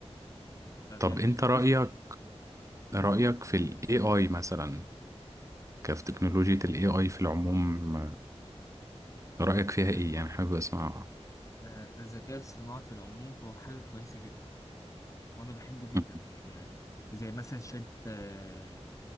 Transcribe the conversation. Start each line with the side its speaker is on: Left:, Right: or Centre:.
Left: طب
Right: طب
Left: يعني
Right: انت
Left: بالنسبه
Right: رأيك رأيك
Left: قول قول
Right: في ال AI مثلا كيف تكنولوجيا ال AI في العموم رأيك فيها
Left: الز-
Right: ايه يعني حابب اسمع
Left: آه، الذكاء الاصطناعي في العموم فهو حاجه كويسه جدا وانا بحبه جدا
Right: م-
Left: يعني زي مثلا شات آه،